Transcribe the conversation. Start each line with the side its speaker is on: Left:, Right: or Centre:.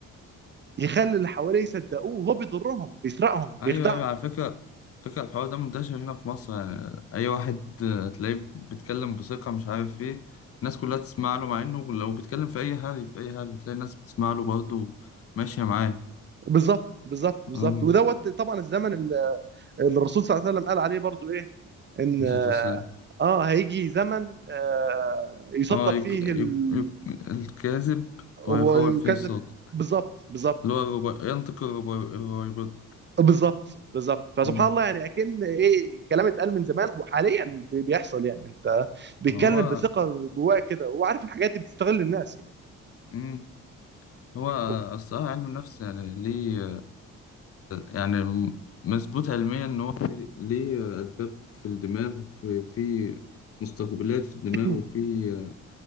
Right: يخلي اللي حواليه يصدقوه وهو بيضرهم بيسرقهم بيخدعهم
Left: ايوه ايوه على فكره فكره الحوار ده منتشر هنا في مصر يعني اي واحد آه، تلاقيه بيتكلم بثقه مش عارف ايه الناس كلها تسمع له مع انه لو بيتكلم في اي هري في اي هري تلاقي الناس بتسمع له برضه ماشيه معاه
Right: بالظبط بالظبط بالظبط
Left: اه
Right: ودوت طبعا الزمن اللي الرسول صلى الله عليه وسلم قال عليه برضو ايه ان
Left: نسيت أقول.
Right: اه هيجي زمن آه يصدق
Left: اه يك...
Right: فيه ال...
Left: يك... يك... الكاذب
Right: ويكذب
Left: ويخول فيه الصادق
Right: بالظبط بالظبط
Left: اللي هو الربا... ينطق الربا- الربيبضة
Right: بالظبط بالظبط فسبحان
Left: أمم.
Right: الله يعني اكن ايه كلام اتقال من زمان وحاليا بي- بيحصل يعني انت بيتكلم
Left: هو
Right: بثقه جواه كده وهو عارف الحاجات دي بتستغل الناس يعني
Left: أمم. هو
Right: <coughs>
Left: الصراحة علم النفس يعني ليه يعني مظبوط علميا ان هو ليه ليه اسباب في الدماغ في في مستقبلات في الدماغ
Right: مم.
Left: وفي